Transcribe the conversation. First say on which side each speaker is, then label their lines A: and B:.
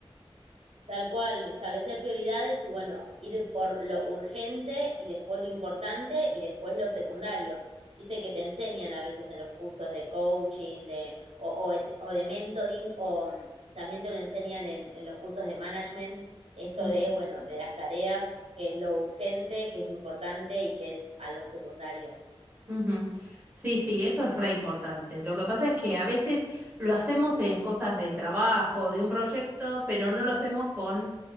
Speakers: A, on the right; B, on the right.
A: Tal cual, establecer prioridades y bueno, ir por lo urgente y después lo importante y después lo secundario. Viste que te enseñan a veces en los cursos de coaching de, o, o o de mentoring o mm, también te lo enseñan en, en los cursos de management, esto
B: Ujú,
A: de, bueno, de las tareas, qué es lo urgente, qué es lo importante y qué es a lo secundario.
B: ujú. Sí, sí, eso es re importante. Lo que pasa es que a veces lo hacemos en cosas del trabajo, de un proyecto, pero no lo hacemos con